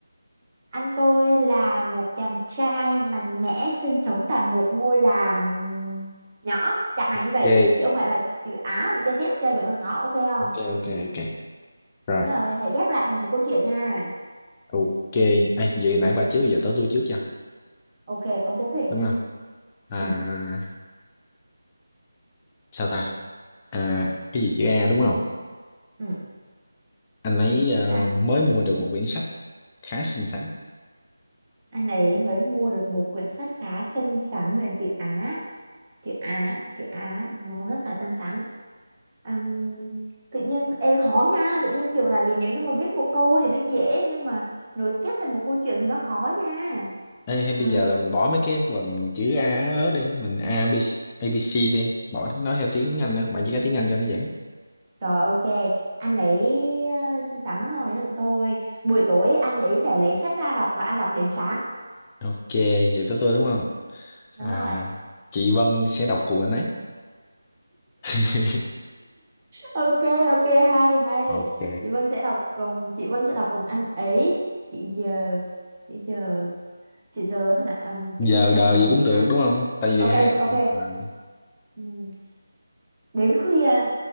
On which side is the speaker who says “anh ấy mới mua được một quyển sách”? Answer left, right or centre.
Right